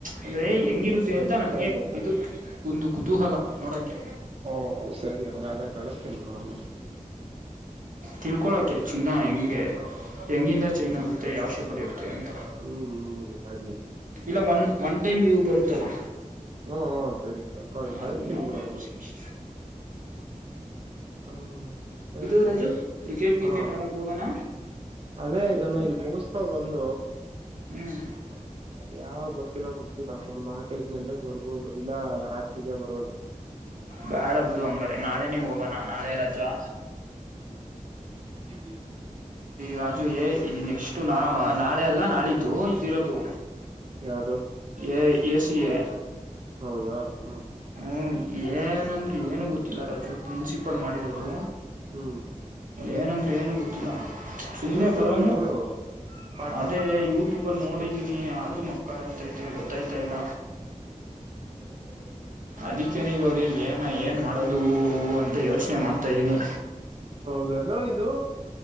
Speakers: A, on the right; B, on the right.
A: ಅಂದ್ರೆ
B: ಹ್ಮ್
A: ಹೆಂಗಿರ್
B: ಗೊತ್ತಾಯ್ತು
A: ಅಂತ ನಂಗೆ
B: ಗೊತ್ತಾಯ್ತು
A: ಇದು ಒಂದು ಕುತೂಹಲ ನೋಡಕ್ಕೆ
B: ಓ ಸರಿ ಹಂಗಾದ ಕಳಸ್ತೇನ್ ಬಿಡ ಆಮೇಲೆ
A: ತಿಳ್ಕೊಳಕೆ ಚಿನ್ನ ಹೆಂಗೆ ಹೆಂಗಿಂದ ಚೈನ್
B: ಹ್ಮ್
A: ಆಗುತ್ತೆ ಯಾ ಶೆಪ್ ಇರುತ್ತೆ ಅಂತ
B: ಹ್ಮ್ ಹ್ಮ್ ಗೊತ್ತಾಯ್ತು ಗೊತ್ತು
A: ಇಲ್ಲ ಒನ್ ಒನ್ ಟೈಮ್ ಯೂ ಬರುತ್ತಲಾ
B: ಹ್ಮಹ್ಮ ಸರಿ ಕಳಸ್ತೀನ್
A: ಅದನ್ನ ಮಾಡ್ಬೋದು
B: ಬಿಡು ಆಮೇಲೆ ಹ್ಮ
A: ಇದು ರಾಜು ಕ್ರಿಕೆಟ್ ಗಿಕೆಟ್
B: ಹಾ
A: ಆಡಕ್ಕೆ ಹೋಗೋಣ
B: ಅದೇ
A: ಇವತ್ತು
B: ನಾನು ಇಲ್ಲಿ ಮುಗಿಸ್ತಾ ಬಂದ
A: ಹ್ಮ್
B: <unintelligible> ಯಾವಾಗ ಗೊತ್ತಿಲ್ಲೋ ಗೊತ್ತಿಲ್ಲ ಒಂದ್ ನಾಲ್ಕಐದ ಗಂಟೆಗೆ ಬರ್ಬೋದು ಇಲ್ಲ ರಾತ್ರಿರಿಗೆ ಬರ್ಬೋದು
A: ಬಾಳ ಬಿಡು ಹಂಗಾರೆ ನಾಳೆ ನೀ ಹೋಗೋಣ ನಾಳೆ ರಜಾ
B: ಹ್ಮ್
A: ರಾಜು ಏ ಈ ನೆಕ್ಸ್ಟು ನಾ ನಾಳೆ ಅಲ್ಲ ನಾಳಿದ್ದು ಇದಿರೋದು
B: ಯಾವದು
A: ಎ ಎ ಸಿ ಎ
B: ಹೌದಾ ಹ್ಮ
A: ಹ್ಞೂ ಏನಂದ್ರೆ ಏನುೂ ಗೊತ್ತಿಲ್ಲ ರಾಜು ಪ್ರಿನ್ಸಿಪಲ್ ಮಾಡಿರೋದು
B: ಹ್ಮ್
A: ಏನಂದ್ರೆ ಏನು ಗೊತ್ತಿಲ್ಲ ಸುಮ್ಮನೆ
B: ಯೂಟ್ಯೂಬ್
A: ಬರೋನು
B: ಅಲ್ಲಿ ನೋಡು ಪಾಠ
A: ಅದೇ ಯೂಟ್ಯೂಬಲ್ಲಿ ನೋಡಿದ್ದೀನಿ ಆದ್ರೂ ಮಕ್ಕಾರ ಆಯ್ತತೆ ಗೊತ್ತಾಯ್ತಾ ಇಲ್ಲ
B: ಹ
A: ಅದಕ್ಕೇನೆ ಇವಾಗ ಏನು ಏನು ಮಾಡೋದು ಅಂತ ಯೋಚನೆ ಮಾಡ್ತಾಯ್ದೀನಿ
B: ಹೌದಲ ಇದು